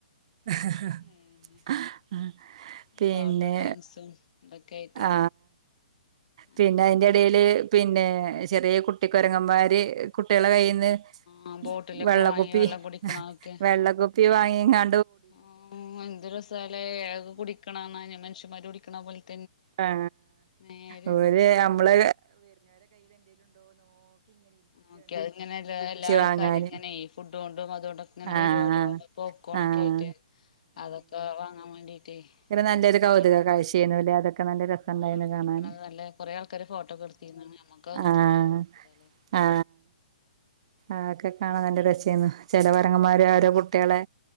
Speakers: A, on the right; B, on the left.
A: ഹ ഹ
B: പിന്നെ
A: ഹ പിന്നെ
B: പാട്ടും ഡാൻസും ഇതൊക്കെ ആയിട്ടല്ലേ
A: ആ
B: അങ്ങനെ
A: പിന്നെ അയിന്റെടേല് പിന്നെ ചെറിയ കുട്ടിക്കൊരങ്ങമാര് കുട്ടി കുട്ടികള കയ്യിന്നു വൈന്നേരം
B: ആ ബോട്ടിലൊക്കെ
A: വെള്ളക്കുപ്പി
B: വാങ്ങി വെള്ളം കുടിക്കണതൊക്കെ
A: ഹ ഹ വെള്ളക്കുപ്പി വാങ്ങിക്കോ
B: <unintelligible>
A: ആ
B: നേരെ
A: അവര്
B: ഇരുന്ന് കുടിക്കുന്നു
A: ഞമ്മള്
B: നോക്കി അതിങ്ങനെ എല്ലാ എല്ലാ ആൾക്കാരും
A: വാങ്ങാന്
B: ഇങ്ങനെയേ ഫുഡ് കൊണ്ടും അതുകൊണ്ടൊക്കെ ഇങ്ങനെ
A: ആഹ്
B: വരുവല്ലോ അപ്പൊ പോപ്കോണൊക്കെ
A: ആഹ്
B: ആയിട്ട് അതൊക്കെ വാങ്ങാൻ വേണ്ടീട്ടേ
A: ഇത് നല്ലൊരു
B: നോക്കി
A: കൗതുക ഇതൊക്കെ നല്ല
B: ഉം
A: രസണ്ടായിരുന്നു
B: ആ വെള്ളം
A: കാണാന്
B: കുടിക്കണത് നല്ല കൊറേ ആൾക്കാര് ഫോട്ടോക്കെ എടുത്തിരുന്നു നമ്മക്ക് അതൊന്നും
A: ആ ആ
B: എടുത്ത് എടുത്തില്ലാല്ലേ
A: ആ അതൊക്കെ കാണാൻ നല്ല ര ചെയ്യുന്നു ചെല കൊരങ്ങമ്മാര് അവരടെ കുട്ടികളെ